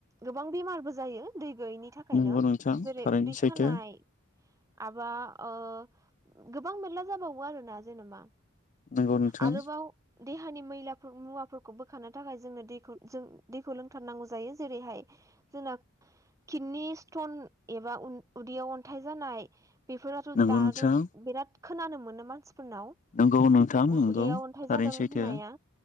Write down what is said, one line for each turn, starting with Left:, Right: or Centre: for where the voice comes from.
Right: गोबां बेमारबो जायो दै गैयैनि बिनि थाखायनो
Left: नंगौ नोंथां
Right: जेरै
Left: थारैनो
Right: उदै
Left: सैथो
Right: सानाय आबा ओ गोबां मेरला जाबावो आरोना जेनेबा
Left: नंगौ नोंथां
Right: आरोबाव देहानि मैला मुवाफोरखौ बोखानो थाखाय जोंनो दैखौ जों दैखौ लोंथारनांगौ जायो जेरैहाय जोंना किदनि स्टन एबा उ-उदैयाव अन्थाइ जानाय बेफोराथ'
Left: नंगौ
Right: दाथ'
Left: नोंथां
Right: बेराद खोनानो मोनो मानसिफोरनाव।
Left: नंगौ नोंथां
Right: उ-उदैयाव
Left: नंगौ
Right: अन्थाइ
Left: थारैनो
Right: जादों
Left: सैथो
Right: होननाया